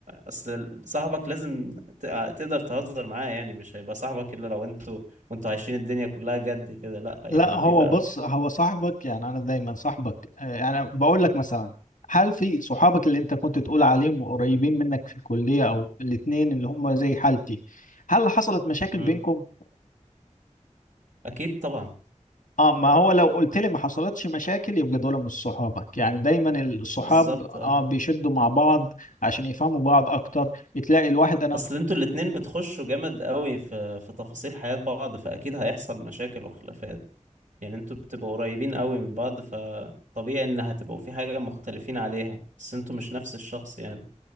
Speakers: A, on the right; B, on the left.
A: اصل صاحبك لازم ت- تقدر تهزر معاه يعني مش هيبقى صاحبك الا لو انتوا وانتوا عايشين الدنيا كلها جد كده لا
B: لا
A: يعني
B: هو
A: بيبقى
B: بص هو صاحبك يعني أنا دايما صاحبك آه، يعني بقول لك مثلا هل في صحابك اللي أنت كنت تقول عليهم قريبين منك في الكلية أو الاتنين اللي هم زي حالتي هل حصلت مشاكل
A: مم.
B: بينكم
A: اكيد طبعا
B: اه ما هو لو قلت لي ما حصلتش مشاكل يبقى دول مش صحابك يعني دايما الصحاب
A: بالظبط
B: اه
A: اه
B: بيشدوا مع بعض عشان يفهموا بعض اكتر تلاقي الواحد انا
A: اصل انتوا الاتنين بتخشوا جامد قوي في في تفاصيل حياة بعض فاكيد هيحصل مشاكل وخلافات يعني انتوا بتبقوا قريبين قوي من بعض فطبيعي ان هتبقوا في حاجة مختلفين عليها بس انتوا مش نفس الشخص يعني